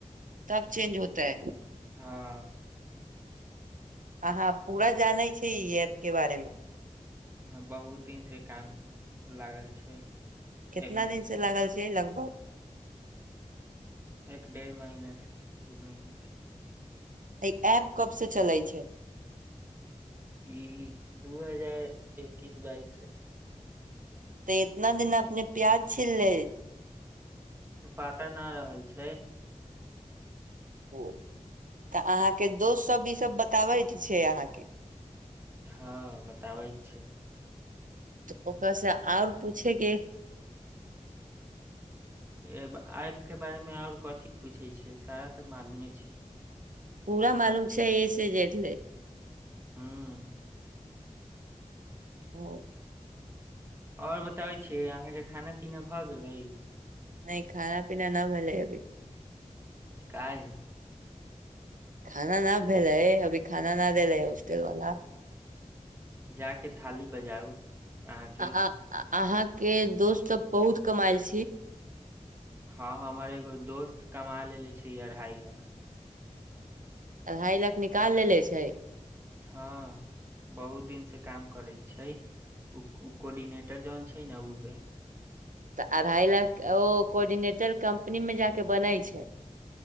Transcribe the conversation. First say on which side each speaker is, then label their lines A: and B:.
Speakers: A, on the right; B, on the right.
A: तब चेंज होताै
B: हँ
A: अहाँ पूरा जानै छिये ई ऐप के बारे मे
B: हँ बहुत दिन से काम लागल छै
A: कितना
B: एमे
A: दिन से लागल छै लगभग
B: एक डेढ़ महना से दू महीने से
A: त ई ऐप कब से चलै छै
B: ई दू हजार एकैस बाइस से
A: तऽ इतना दिन अपने प्याज छिलले
B: पता न रहल छै
A: ओ तऽ अहाँके दोस्त सब ई सब बताबै छै अहाँके
B: हँ बताबै छै
A: तऽ ओकरा से आओर पूछे के
B: एब ऐप के बारे मे और कथी पूछे छै सारा त मालूमे छै
A: पूरा मालूम छै ए से जेड लेय
B: हुँ
A: ओ <inaudible>
B: ओर बताबै छीय अहाँके खाना पीना भ गेलै
A: नहि खाना पीना न भेले अभी
B: काहे
A: खाना ना भेलै अभी खाना ना देेले हॉस्टल वाला
B: जा के थाली बजाउ अहाँके
A: आ आ अहाँ के दोस्त सब बहुत कमाायल छी
B: हँ हमर एगो दोस्त कमा लेलेे छी अढ़ाई लाख
A: अढ़ाई लाख निकाल लेलेे छै
B: हँ बहुत दिन से काम करै छै ओ कोर्डिनेटर जौन छै ने उहे
A: त अढ़ाई लाख ओ कोर्डिनेटर कम्पनी में जाके बनै छै